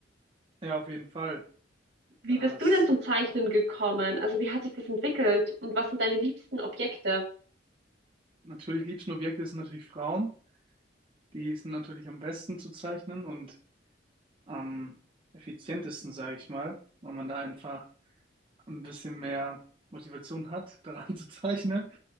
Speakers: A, on the right; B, on the right.
A: Ja, auf jeden Fall.
B: Wie
A: Das
B: bist du denn zum Zeichnen gekommen? Also wie hat sich das entwickelt und was sind deine liebsten Objekte?
A: natürlich liebsten Objekte sind natürlich Frauen. Die sind natürlich am besten zu zeichnen und am effizientesten, sage ich mal, weil man da einfach und ein bisschen mehr Motivation hat, <laughs> daran zu zeichnen.